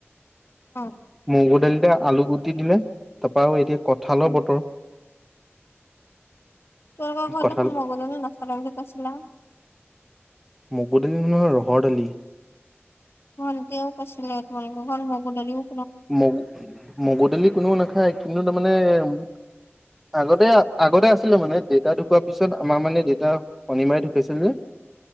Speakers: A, on the left; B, in the centre.
A: অ',
B: মগু দালিতে আলুগুটি দিলে তাৰপা আৰু এতিয়া কঁঠালৰ
A: উম
B: বতৰ
A: তোমালোকৰ ঘৰত
B: কঁঠাল
A: দেখোন মগুদালি ন'চলে বুলি কৈছিলা?
B: মগু দালি নহয় ৰহৰ দালি।
A: ভণ্টিও কৈছিলে তোমালোকৰ ঘৰত মগুদালিও
B: মগ- মগুদালি কোনেও নাখায় কিন্তু তাৰমানে উম আগতে -আগতে আছিলোঁ মানে দেতা ঢুকোৱাৰ পিছত আমাৰ মানে দেতা শনিমাই ঢুকাইছিল যে